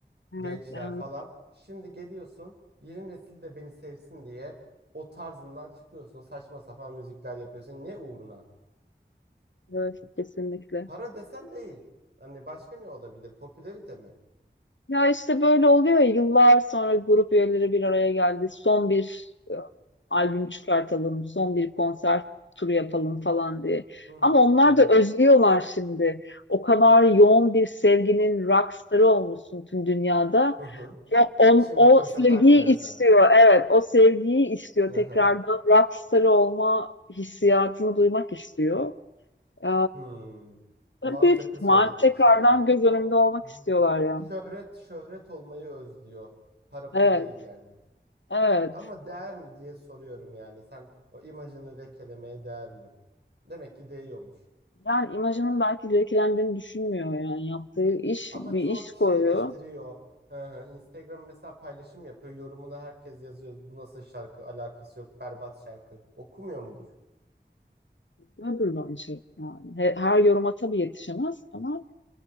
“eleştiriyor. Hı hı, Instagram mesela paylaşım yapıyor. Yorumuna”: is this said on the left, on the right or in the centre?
Right